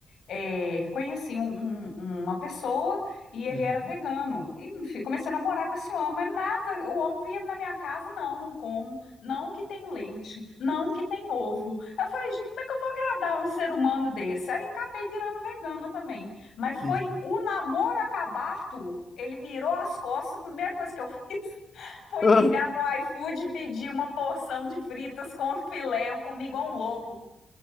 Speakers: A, on the left; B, on the left.
A: é, conheci um- um- uma pessoa e ele
B: uhum,
A: era vegano. E enfim, comecei a namorar com esse homem, mas nada, o homem vinha na minha casa, não, não como, não que tem leite, não que tem ovo. Eu falei, gente, como é que eu vou agradar um ser humano desse? Aí acabei virando vegana também. Mas foi
B: uhum.
A: o namoro acabar, Arthur. Ele virou as costas, a primeira coisa que eu fiz <laughs> foi
B: <laughs>
A: ligar no iFood e pedir uma porção de fritas com filé. Eu comi igual um louco.